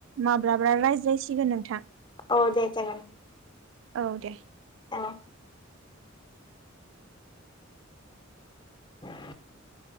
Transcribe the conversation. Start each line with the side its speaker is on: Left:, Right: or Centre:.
Right: माब्लाबा रायज्लायसिगोन नोंथां।
Left: औ दे जागोन
Right: औ दे
Left: औ <inaudible>